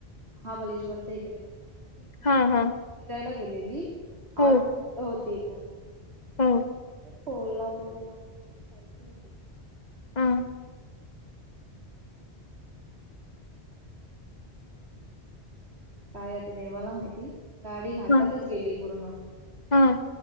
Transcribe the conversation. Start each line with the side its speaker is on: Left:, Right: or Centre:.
Right: महाबलेश्वरच्या इकडे जाताना म्हणजे ती मुलं
Left: हा हा
Right: बाहेर फिरायला गेलेली
Left: हो
Right: आठ मुलं होती एकूण
Left: हो
Right: अ तिकडेच कोल्हापूर का कुठल्या तरी साईडची होती.
Left: हा
Right: काय आता देवाला माहिती गाडी घाटातच
Left: हा
Right: गेली पूर्ण
Left: हा